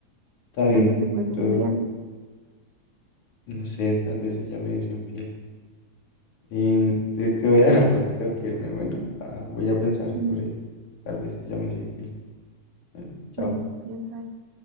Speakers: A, on the left; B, on the right.
A: está bien.
B: Además te puede ser
A: Pero
B: infiel.
A: no sé, tal vez ella me es infiel. Em, te, te voy a dejar porque tengo que irme. Bueno, ah, voy a pensar sobre
B: Mm.
A: tal vez ella me es infiel. Bueno, chao.
B: Bueno, piensa eso.